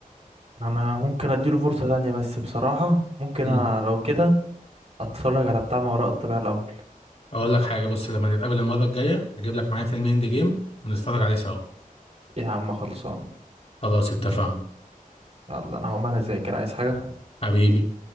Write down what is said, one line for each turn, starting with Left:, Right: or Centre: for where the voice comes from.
Right: انا ممكن اديله فرصه تانية بس بصراحه ممكن أ-
Left: امم
Right: لو كده اتفرج على بتاع ما وراء الطبيعه الاول
Left: اقول لك حاجه بص لما نتقابل المره الجايه هجيب لك معايا فيلم اند جيم ونتفرج عليه سوا
Right: يا عم خلصان
Left: خلاص اتفقنا
Right: يلا انا هقوم انا اذاكر عايز حاجه
Left: حبيبي